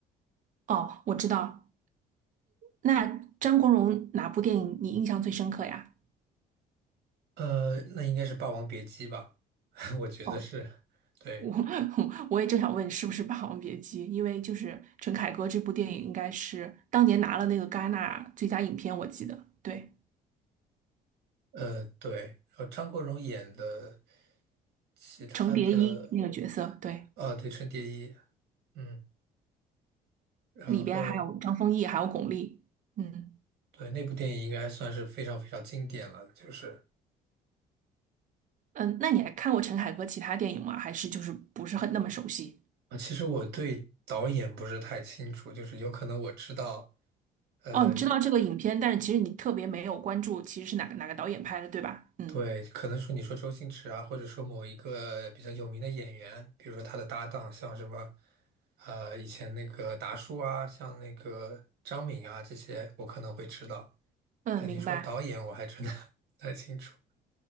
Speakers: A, on the right; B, on the right.
A: 哦，我知道。那张国荣哪部电影你印象最深刻呀？
B: 呃，那应该是《霸王别姬》吧？<laughs> 我觉得是，
A: 哦，
B: 对，
A: 我 <laughs> 我也正想问是不是《霸王别姬》，因为就是陈凯歌这部电影应该是当年拿了那个戛纳最佳影片，我记得。对，
B: 呃，对。然后张国荣演的其他的，
A: 程蝶衣那个角色，对。
B: 啊，对，《春蝶衣》，嗯，然后
A: 里边还有张丰毅，还有巩俐。嗯
B: 对那部电影应该算是非常非常经典了。就是
A: 嗯，那你还看过陈凯歌其他电影吗？还是就是不是很那么熟悉？
B: 啊，其实我对导演不是太清楚，就是有可能我知道，呃，
A: 哦，你知道这个影片，
B: 也。
A: 但是其实你特别没有关注，其实是哪个哪个导演拍的，对吧？嗯
B: 对，可能说你说周星驰啊，或者说某一个比较有名的演员，比如说他的搭档，像什么，呃，以前那个达叔啊，像那个张敏啊，这些我可能会知道。
A: 嗯，
B: 但你说导演，
A: 明白。
B: 我还真的 <laughs> 不太清楚。